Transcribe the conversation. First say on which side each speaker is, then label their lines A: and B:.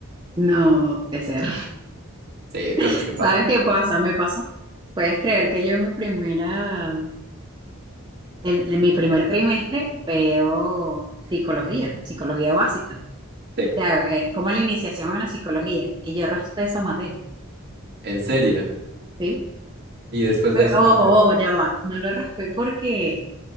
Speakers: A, on the right (about 20°); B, on the right (about 50°).
A: No puede ser.
B: Sí, cosas
A: <laughs>
B: que pasan.
A: ¿Sabes qué pasa? Me pasa. Puedes creer que yo en mi primera, el- en mi primer trimestre veo psicología, psicología básica.
B: Sí,
A: O sea, eh, como la iniciación en la psicología. Y yo raspé esa materia,
B: en serio.
A: ¿sí?
B: Y después
A: Pero,
B: de eso,
A: oh,
B: ¿cómo
A: oh,
B: te fue?
A: oh, ya va. No lo raspé porque